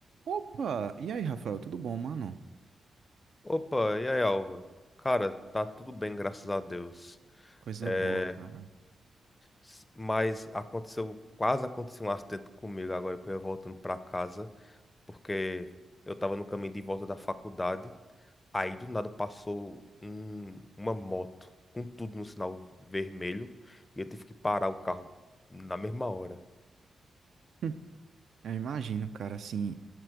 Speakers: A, on the right (about 70°); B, on the left (about 25°).
A: Opa! E aí, Rafael, tudo bom, mano?
B: Opa, e aí, Álvaro? Cara, tá tudo bem, graças a Deus.
A: Coisa
B: É,
A: boa, cara.
B: s- mas aconteceu, quase aconteceu um acidente comigo agora que eu ia voltando pra casa, porque eu tava no caminho de volta da faculdade, aí do nada passou um- uma moto com tudo no sinal vermelho e eu tive que parar o carro na mesma hora.
A: Hum, Eu imagino, cara, assim,